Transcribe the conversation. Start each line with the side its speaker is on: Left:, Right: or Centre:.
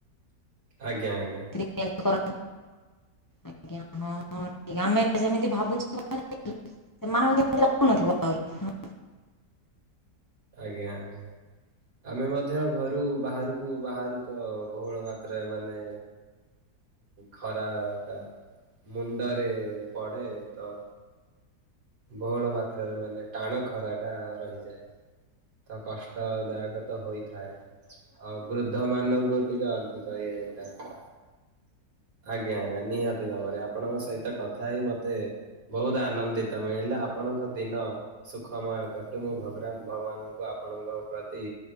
Right: ଆଜ୍ଞା ଆଜ୍ଞା।
Left: ଏମିତି କରୁ <unintelligible> ଆଜ୍ଞା ହଁ ଆମେ ସେମିତି ଭାବୁଛେ <unintelligible> ସେମାଙ୍କୁ କେମିତି ଲାଗୁ ନଥିବ।
Right: ଆଜ୍ଞା ଆଜ୍ଞା ଆମେ ମଧ୍ୟ ଘରୁ ବାହାରକୁ ବାହାରୁ ତ ବହୁଳ ମା ରେ ମାନେ ଖରା ଟା ମୁଣ୍ଡରେ ପଡେ ତ ବହୁଳ ମାତ୍ରାରେ ମାନେ ଟାଣ ଖରାଟା ରହିଯାଏ। ତ କଷ୍ଟଦାୟକ ତ ହୋଇଥାଏ। ଅବୃଦ୍ଧ ମାନଙ୍କୁ ଟିକେ ଅଧିକ <unintelligible> ଆଜ୍ଞା ଆଜ୍ଞା ନିହାତି ଭାବରେ ଆପଣଙ୍କ ସହିତ କଥା ହେଇ ମତେ ବହୁତ ଆନନ୍ଦିତ ମିଳିଲା ଆପଣଙ୍କ ଦିନ ସୁଖମୟ କଟୁ ମୁଁ ଭଗ୍ର ଭଗବାନଙ୍କୁ ଆପଣଙ୍କ ପ୍ରତି